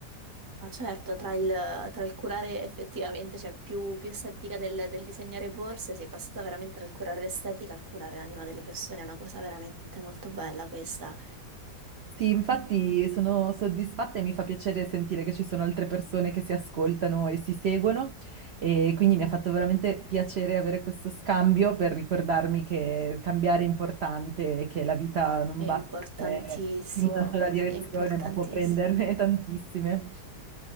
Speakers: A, on the right (about 20°); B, on the right (about 60°).
A: ma certo, tra il, tra il curare effettivamente, cioè più, più estetica del, del disegnare borse, si è passata veramente dal curare l'estetica al curare l'anima delle persone, è una cosa veramente molto bella questa.
B: Sì, infatti sono soddisfatta e mi fa piacere sentire che ci sono altre persone che si ascoltano e si seguono e quindi mi ha fatto veramente piacere avere questo scambio per ricordarmi che cambiare è importante e che la vita non
A: È
B: va
A: importantissimo,
B: sempre in una sola direzione,
A: è importantissimo.
B: ma può prenderne tantissime.